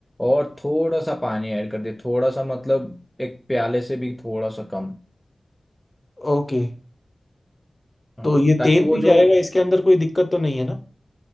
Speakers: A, in the centre; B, on the left.
A: और थोड़ा सा पानी ऐड कर दे थोड़ा सा मतलब एक प्याले से भी थोड़ा सा कम
B: ओके
A: हाँ
B: तो ये
A: ताकि
B: तेल भी
A: वो जो
B: जाएगा इसके अंदर कोई दिक्कत तो नहीं है ना